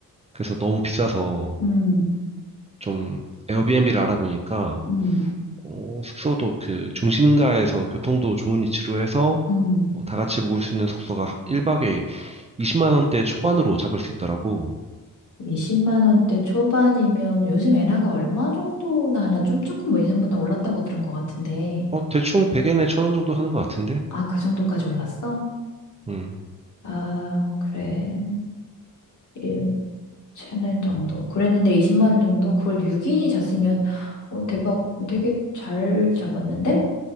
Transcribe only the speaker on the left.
음,
음,
음.
20만 원대 초반이면 요즘 엔화가 얼마 정도나 하나 좀 조금 뭐 예전보다 올랐다고 들은 것 같은데.
아, 그 정도까지 올랐어?
아, 그래. 1, 천엔 정도. 그랬는데 20만 원 정도? 그걸 6인이 잤으면, 어, 대박. 되게 잘 잡았는데?